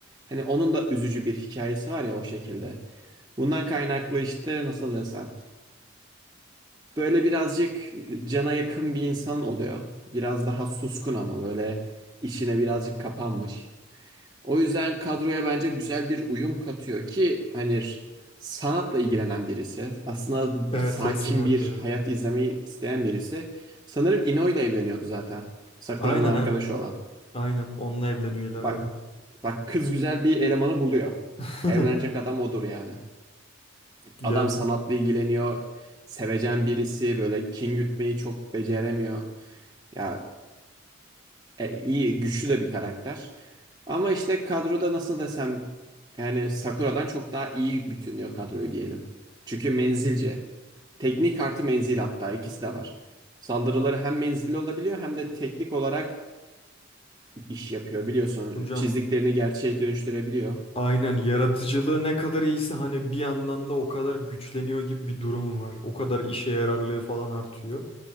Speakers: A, on the right; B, on the left.
A: Hani onun da üzücü bir hikayesi var ya o şekilde. Bundan kaynaklı işte nasıl desem. Böyle birazcık cana yakın bir insan oluyor. Biraz daha suskun ama böyle işine birazcık kapanmış. O yüzden kadroya bence güzel bir uyum katıyor ki hani sanatla ilgilenen birisi, aslında
B: Evet
A: sakin
B: resim yapıyor.
A: bir hayat izlemeyi isteyen birisi. Sanırım Ino ile evleniyordu zaten. Sakura'nın
B: Aynen
A: arkadaşı
B: ha.
A: olan.
B: Aynen. Onunla evleniyor ileride
A: Bak
B: de.
A: bak kız güzel bir elemanı buluyor.
B: <laughs>
A: Evlenecek adam odur yani.
B: Ya
A: Adam sanatla ilgileniyor. Sevecen birisi böyle kin gütmeyi çok beceremiyor. Ya e, iyi, güçlü de bir karakter. Ama işte kadroda nasıl desem yani Sakura'dan çok daha iyi bütünlüyor kadroyu diyelim. Çünkü menzilce. Teknik artı menzil hatta ikisi de var. Saldırıları hem menzilli olabiliyor hem de teknik olarak iş yapıyor biliyorsun.
B: hocam
A: Çizdiklerini gerçeğe dönüştürebiliyor.
B: aynen yaratıcılığı ne kadar iyiyse hani bir yandan da o kadar güçleniyor gibi bir durumu var. O kadar işe yararlığı falan artıyor.